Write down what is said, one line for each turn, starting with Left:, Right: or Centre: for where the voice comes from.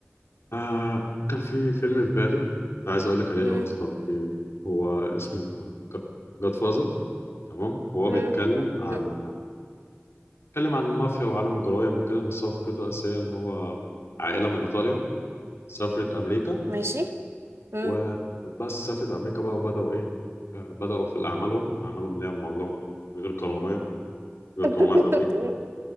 Left: آه كان في فيلم في بالي كنت عايز اقول لك عليه
Right: مم.
Left: لو انت تعرفيه هو اسمه جاد فازر تمام هو
Right: مم.
Left: بيتكلم عن
Right: مم.
Left: بيتكلم عن المافيا وعالم الجرايم وكده بس هو فكرته الأساسية ان هو عائلة من ايطاليا سافرت امريكا
Right: ماشي مم.
Left: وبس سافرت أمريكا بقى وبدأوا إيه آه، بدأوا في أعمالهم أعمالهم اللي هي معظمها غير قانونية غير
Right: <laughs>
Left: قانونية في أمريكا